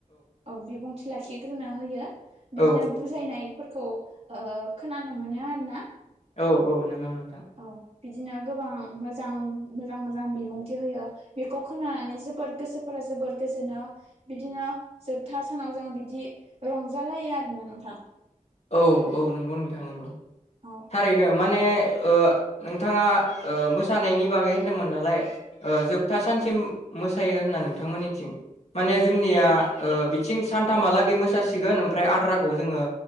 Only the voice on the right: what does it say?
औ बिबुंथि लाखिग्रोनो होयो बिदिनो
बुजायनाय फोरखौ ओ खोनानो मोनो आरो ना
औ। बिदिनो गोबां मोजां मोजां मोजां बिबुंथि होयो बेखौ खोनानानै जोबोर गोसोफोरा जोबोर गोजोनो बिदिनो। जोबथा सानाव जों बिदि रंजालायो आरोना नोंथां
औ